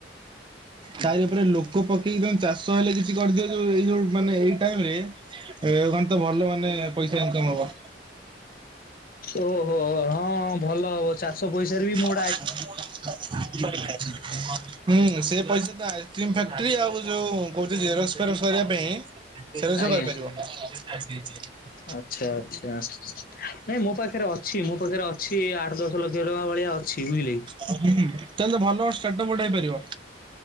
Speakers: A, on the right; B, on the left.
A: ତାରି ଉପ୍ରେ ଲୋକ ପକେଇକ ଦ ଚାଷ ହେଲେ କିଛି କର୍ଦିଅ ଯୋଉ ଏଇ ଯୋଉ ମାନେ ଏଇ ଟାଇମ୍ ରେ। ଏ ଗନ୍ ତ ଭଲ ମାନେ ପଇସା ଇନ୍କମ୍ ହବ।
B: ଓହୋ ହଁ ଭଲ ହବ ଚା ସ ପଇସାରେ ବି ମୋଟ୍
A: <inaudible> ହୁଁ ସେ ପଇସା ଆୟ କ୍ରିମ୍ ଫେକ୍ଟ୍ରି ଆଉ ଯୋଉ କଉଚି ଜେରକ୍ସ୍ ଫେରକ୍ସ୍ କରିବା ପାଇଁ ସେ ର
B: ଆଜ୍ଞା।
A: ସଉ କରିପାରିବ <unintelligible> <inaudible>
B: ଆଚ୍ଛା ଆଚ୍ଛା ନାଇଁ ମୋ ପାଖେରେ ଅଛି ମୋ ପାଖେରେ ଅଛି ଆଠ୍ ଦଶ୍ ଲକ୍ଷ ଟଙ୍କା ଭଳିଆ ଅଛି। ଛିିବିଲି।
A: ହୁଁ ତାଏଲେ ଭଲ ଟାଟପଟେଇ ପାରିବ।